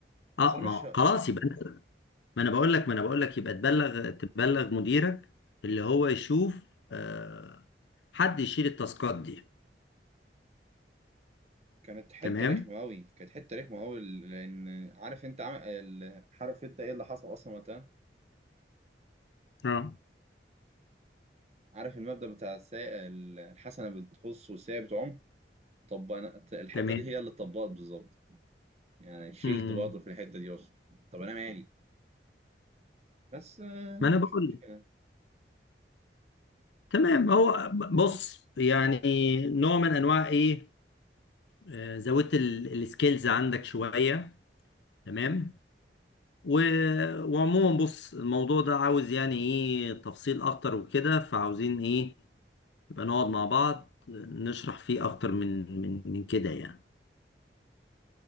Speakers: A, on the left; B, on the right.
A: اه
B: اصلا
A: ما
B: مش
A: هو خلاص يبقى انت ما انا بقول لك ما انا بقول لك يبقى تبلغ تبلغ مديرك اللي هو يشوف آه حد يشيل التاسكات دي
B: كانت حته
A: تمام
B: رخمه قوي كانت حته رخمه قوي لان عارف انت عم... ال- عارف انت ايه اللي حصل اصلا وقتها
A: اه
B: عارف المبدأ بتاع السا... ال- الحسنه بتخص والسيئه بتعم طب انا الحته
A: تمام
B: دي هي اللي اتطبقت بالظبط يعني شلت
A: مم.
B: برضه في الحته دي اصلا طب انا مالي بس آه، مش
A: ما انا بقول
B: مشكله
A: لك. تمام هو ب- بص يعني نوع من انواع ايه آه زودت ال- السكيلز عندك شويه تمام و- وعموما بص الموضوع ده عاوز يعني ايه تفصيل اكتر وكده فعاوزين ايه يبقى نقعد مع بعض نشرح فيه اكتر من من من كده يعني